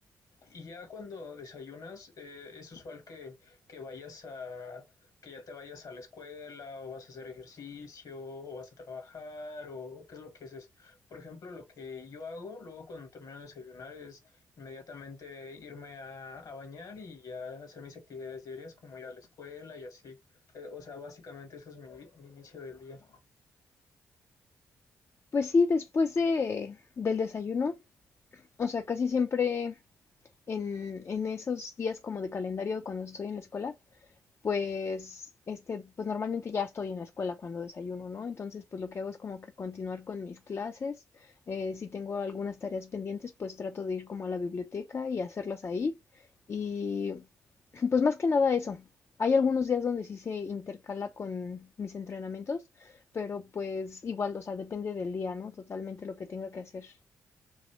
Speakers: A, on the left; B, on the left.
A: Y ya cuando desayunas, eh, es usual que, que vayas a, que ya te vayas a la escuela o vas a hacer ejercicio o vas a trabajar o qué es lo que haces. Por ejemplo, lo que yo hago luego cuando termino de desayunar es inmediatamente irme a, a bañar y ya hacer mis actividades diarias como ir a la escuela y así. Eh, o sea, básicamente eso es mi, mi inicio del día.
B: Pues sí, después de, del desayuno, o sea, casi siempre en, en esos días como de calendario cuando estoy en la escuela, Pues, este, pues normalmente ya estoy en la escuela cuando desayuno, ¿no? Entonces, pues lo que hago es como que continuar con mis clases. Eh, si tengo algunas tareas pendientes, pues trato de ir como a la biblioteca y hacerlas ahí. Y <clears throat> pues más que nada eso. Hay algunos días donde sí se intercala con mis entrenamientos, pero pues igual, o sea, depende del día, ¿no? Totalmente lo que tenga que hacer.